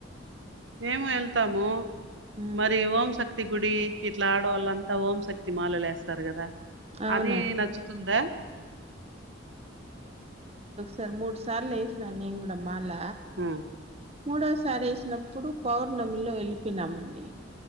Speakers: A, on the right; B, on the right.
A: మేము ఎళ్తాము
B: ఉమ్,
A: మరి ఓంశక్తి గుడి ఇట్లా ఆడవాళ్ళంతా ఓంశక్తి తి మాలలు ఎస్తారు కదా
B: అవునండి
A: అది నచ్చుతుందా
B: సార్ మూడు సార్లు ఎసిన నేను కూడా మాల
A: ఆ
B: మూడోసారి ఏసినప్పుడు పౌర్ణమిలో వెళ్ళిపోనామండి